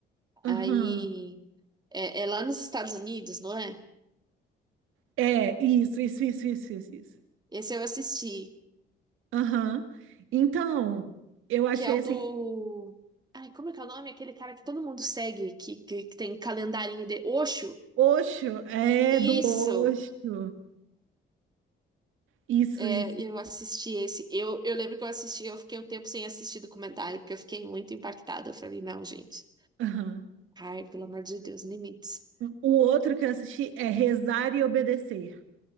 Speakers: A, on the right; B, on the right.
A: Aham.
B: Aí é, é lá nos Estados Unidos, não é?
A: É, isso, isso, isso, isso, isso. isso.
B: Esse eu assisti.
A: Aham. Então, eu achei
B: que é o
A: assim,
B: do. Ai, como é que é o nome? Aquele cara que todo mundo segue, que, que, que tem calendarinho de Osho.
A: Osho, é
B: Isso!
A: do Osho. Isso,
B: É,
A: isso.
B: eu assisti esse. Eu, eu lembro que eu assisti, eu fiquei um tempo sem assistir documentário, porque eu fiquei muito impactada. Eu falei, não, gente.
A: Aham.
B: Ai, pelo amor de Deus, limites.
A: O outro que eu assisti é Rezar e Obedecer.